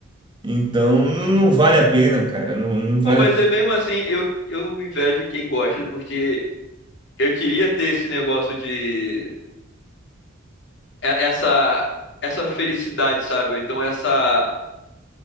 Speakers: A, on the right; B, on the left.
A: Então não, não vale a pena, cara, não, não vale
B: Pô, mas
A: a
B: é mesmo assim, eu, eu invejo quem gosta, porque eu queria ter esse negócio de e- essa essa felicidade, sabe? Ou então essa